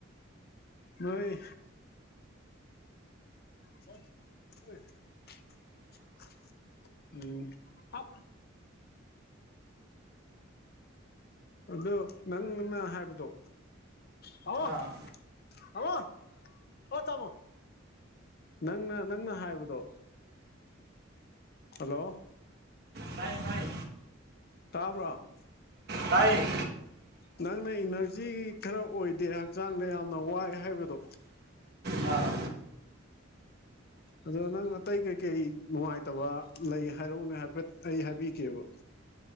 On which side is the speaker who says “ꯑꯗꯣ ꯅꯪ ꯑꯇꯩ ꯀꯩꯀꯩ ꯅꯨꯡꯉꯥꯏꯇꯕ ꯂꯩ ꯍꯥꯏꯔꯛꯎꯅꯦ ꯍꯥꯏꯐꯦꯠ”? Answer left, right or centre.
Left